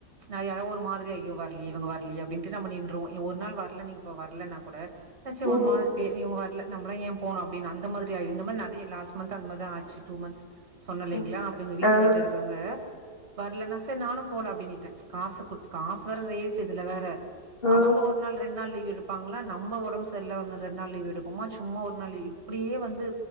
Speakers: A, on the right; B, on the left.
A: நா யாரோ ஒரு மாதிரி ஐயோ வர்லியே இவுங்க வர்லியே அப்டின்டு நம்போ நின்றுவோ இவ ஒரு நாள் வர்ல நீங்க இப்ப வர்லனா கூட னாச்சி ஒரு
B: ம்
A: மாரி பே இவுங்க வர்ல நம்பளா ஏ போனு அப்டினு அந்த மாதிரி ஆயி இந்த மாரி நெறைய லாஸ்ட் மந்த் து அந்த மார்தா ஆச்சி டூ மந்த்ஸ் சொன்ன இல்லைங்ளா
B: கரெக்ட்.
A: அப்பெங்க வீட்டு
B: ஆ
A: கிட்ட இருக்கவங்க வர்லனா செரி நானு போல அப்டினிட்டே காசு குட்த்து காசு வேற ரேட்டு் இதுல வேற
B: ஆ
A: அவுங்க ஒரு நாள் ரெ ண் நாள் லீவ் எடுப்பாங்ளா நம்ப ஒடம் செர்ல்ல ஒன்னு ரெண் நாள் லீவ் எடுப்போமா சும்மா ஒரு நாள்லு இப்டியே வந்து